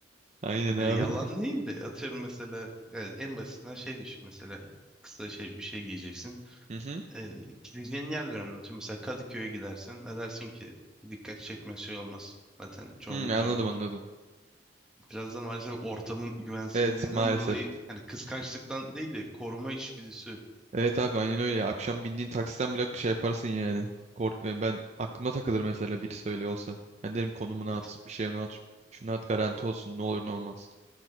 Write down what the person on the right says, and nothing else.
Aynen abi.
<laughs> Hı hı.
Hı, anladım
anladım.
Evet maalesef.
Evet abi aynen öyle ya. Akşam bindiğin taksiden bile şey yaparsın yani. Kork e, ben aklıma takılır mesela biri söyle olsa. Ben derim konumunu
at,
bir şey onu at, şunu at garanti olsun ne olur ne olmaz.